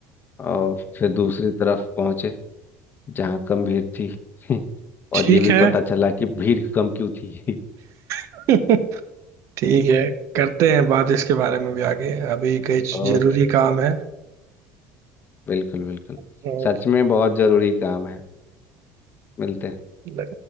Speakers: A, on the left; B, on the right.
A: और फिर दूसरी तरफ पहुंचे जहाँ कम भीड़ थी <laughs> और
B: ठीक
A: ये भी
B: है
A: पता चला कि भीड़ कम क्यों थी <laughs>
B: <laughs> ठीक है करते हैं बात इसके बारे में भी आगे अभी कुछ
A: ओके
B: जरूरी काम है
A: बिल्कुल बिल्कुल
B: हम्म,
A: सच में बहुत जरूरी काम है मिलते हैं
B: हम्म,